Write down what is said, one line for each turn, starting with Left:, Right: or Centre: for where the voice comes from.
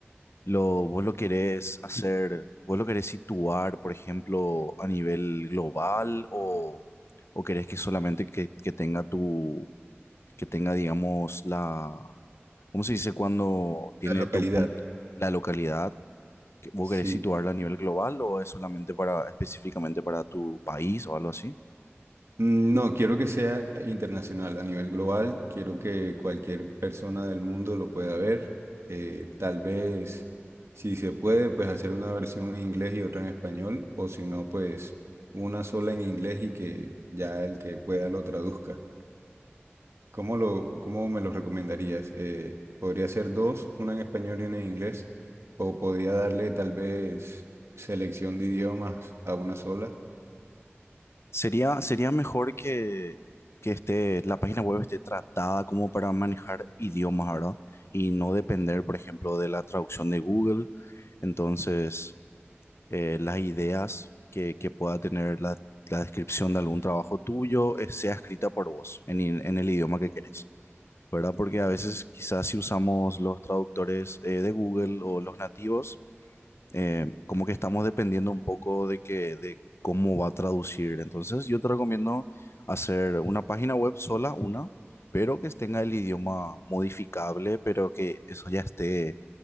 Left: lo, vos lo querés hacer, vos lo querés situar, por ejemplo, a nivel global o, o querés que solamente que, que tenga tu, que tenga, digamos, la, ¿cómo se dice cuando tiene
Right: la localidad.
Left: tu punto, la localidad? ¿Que ¿Vos
Right: Sí,
Left: querés situarla a nivel global o es solamente para, específicamente para tu país o algo así?
Right: Mm, No, quiero que sea internacional, a nivel global. Quiero que cualquier persona del mundo lo pueda ver. Eh, tal vez, si se puede, pues hacer una versión en inglés y otra en español, o si no, pues una sola en inglés y que ya el que pueda lo traduzca. ¿Cómo lo, cómo me lo recomendarías? Eh, ¿podría ser dos, una en español y una en inglés? ¿O podría darle tal vez selección de idiomas a una sola?
Left: Sería, sería mejor que, que esté, la página web esté tratada como para manejar idiomas, ¿verdad? Y no depender, por ejemplo, de la traducción de Google. Entonces, eh, las ideas que, que pueda tener la, la descripción de algún trabajo tuyo eh, sea escrita por vos en, i- en el idioma que querés, ¿verdad? Porque a veces quizás si usamos los traductores eh, de Google o los nativos, eh, como que estamos dependiendo un poco de que, de cómo va a traducir. Entonces, yo te recomiendo hacer una página web sola, una, pero que tenga el idioma modificable, pero que eso ya esté